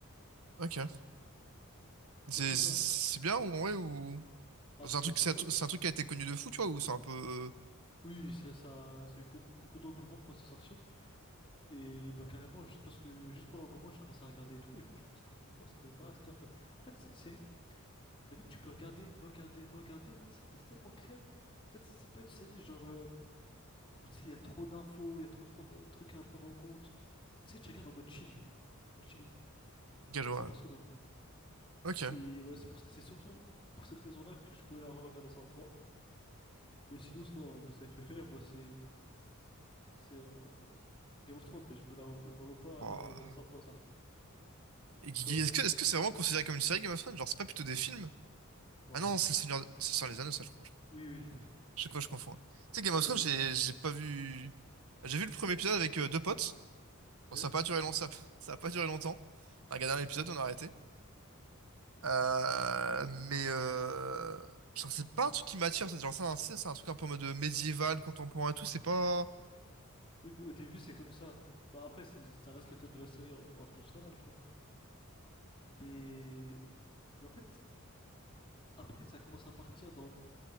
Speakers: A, on the right; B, on the left.
A: Ok. C'est
B: En tout cas,
A: c'est- c'est bien ou ouais ou.
B: ah
A: C'est
B: c'est
A: un truc,
B: masterclass.
A: c'est un, tru- c'est un truc qui a été connu de fou, tu vois, ou c'est un peu. euh,
B: Oui, ça ça, ça a eu beaucoup beaucoup d'engouement quand c'est sorti. Et bah carrément juste parce que juste pour l'engouement j'ai commencé à regarder et tout et franchement c'était ouais, c'était masterclass. En fait c'est une série, t'as vu que tu peux regarder, regarder, regarder et ça passe tellement crème. En fait c'est c'est pas une série genre euh, où tu sais il y a trop d'infos, il y a trop de prendre- trucs à prendre en compte. C'est une série que tu regardes en mode chill, en chilling
A: Ok, je vois.
B: et ça passe trop bien.
A: Ok.
B: Et ouais c'est pour- c'est surtout pour cette raison-là que je pourrais la regarder 100 fois. Mais sinon sinon hein, ma série préférée moi c'est c'est euh, Game of Thrones mais je me la je me vois pas
A: Oh.
B: la regarder 100 fois ça.
A: Et Guigui,
B: Quoi?
A: est-ce que est-ce que c'est vraiment considéré comme une série Game of Thrones? Genre, c'est pas plutôt des films?
B: Non.
A: Ah non, c'est le Seigneur, c'est sur les Anneaux, ça, je crois. je-
B: Oui oui.
A: Chaque fois, je confonds. ouais. Tu sais, Game of
B: Non,
A: Thrones,
B: Game-
A: j'ai j'ai pas vu. J'ai vu le premier épisode avec euh, deux potes. Bon,
B: Ouais,
A: ça a pas duré long, ça, a- <laughs> ça a pas duré longtemps. On a regardé un épisode,
B: ouais.
A: on a arrêté. Euh,
B: Mm.
A: mais euh, genre, c'est pas un truc qui m'attire. C'est genre, c'est un, c'est c'est un truc un peu en mode médiéval, contemporain et tout. C'est pas.
B: Oui, mais au début, c'est comme ça. Bah, après, c'est- ça reste le thème de la série en, en règle générale, tu vois. Mais, mais en fait, après, ça commence à partir dans le